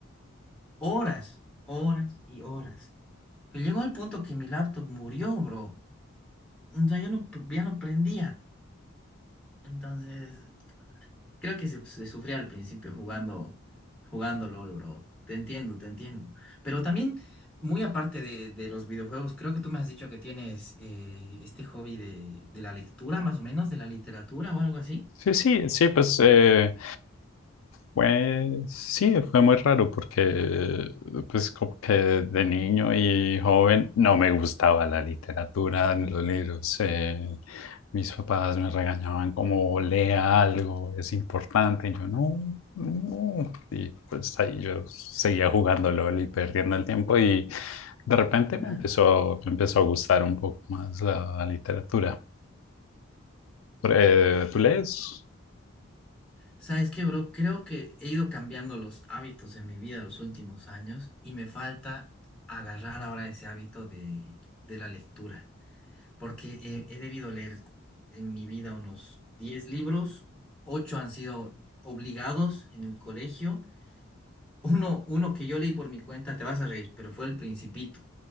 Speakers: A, in the centre; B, on the left.
A: horas, horas y horas. Pero llegó al punto que mi laptop murió, bro. O sea, yo no, ya no prendía. Entonces... Creo que se, se sufría al principio jugando, jugando LOL, bro. Te entiendo, te entiendo. Pero también, muy aparte de, de los videojuegos, creo que tú me has dicho que tienes eh, este hobby de, de la lectura, más o menos, de la literatura o algo así.
B: Sí, sí, sí, pues eh, Pues sí, fue muy raro porque pues como que de niño y joven no me gustaba la literatura ni los libros. eh, mis papás me regañaban como lea algo, es importante. Y yo no, no. Y pues ahí yo seguía jugando LOL y perdiendo el tiempo y de repente
A: Ya.
B: me empezó, me empezó a gustar un poco más la literatura. Pero, eh, ¿tú lees?
A: ¿Sabes qué, bro? Creo que he ido cambiando los hábitos en mi vida los últimos años y me falta agarrar ahora ese hábito de, de la lectura. porque he, he debido leer en mi vida unos 10 libros, 8 han sido obligados en el colegio. Uno, uno que yo leí por mi cuenta, te vas a reír, pero fue El Principito.